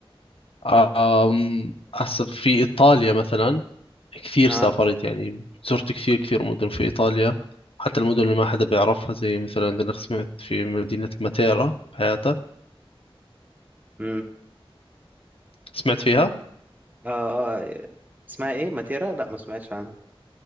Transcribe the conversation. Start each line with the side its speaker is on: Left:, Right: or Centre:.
Left: آه، آم، هسه في إيطاليا مثلا كثير
Right: ها
Left: سافرت يعني زرت كثير كثير مدن في إيطاليا حتى المدن اللي ما حدا بيعرفها زي مثلا أنا سمعت في مدينة ماتيرا بحياتك
Right: امم
Left: سمعت فيها؟
Right: اه آه، اسمها ايه ماتيرا لا ما سمعتش عنها